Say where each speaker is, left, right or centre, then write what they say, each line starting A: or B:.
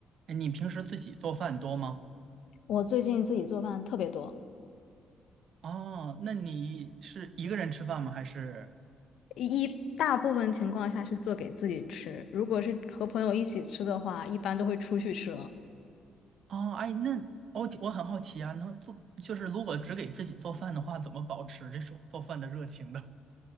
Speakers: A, on the right; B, on the left.
A: 哎，你平时自己做饭多吗？
B: 我最近自己做饭特别多，
A: 哦，哎那你是一个人吃饭吗？还是
B: 一一大部分情况下是做给自己吃，如果是和朋友一起吃的话，一般都会出去吃了。
A: 哦，哎，那我我很好奇啊，能做就是如果只给自己做饭的话，怎么保持这种做饭的热情的？